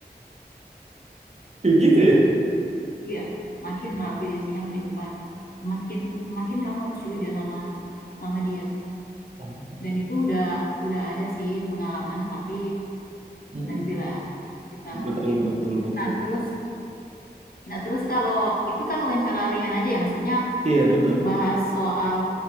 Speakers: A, on the right (about 40°); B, on the left (about 60°).
A: Kayak gitu
B: gitu
A: ya.
B: iya makin rapi dasinya makin pat makin makin kamu harus curiga sama sama dia
A: Oh.
B: dan itu udah udah ada sih pengalaman tapi
A: Mm-mm.
B: nantilah kita ngomongin
A: Betul, betul, betul.
B: nah terus Nah, terus kalau itu kan wawancara ringan aja ya, maksudnya
A: Iya,
B: kit-
A: benar.
B: bahas soal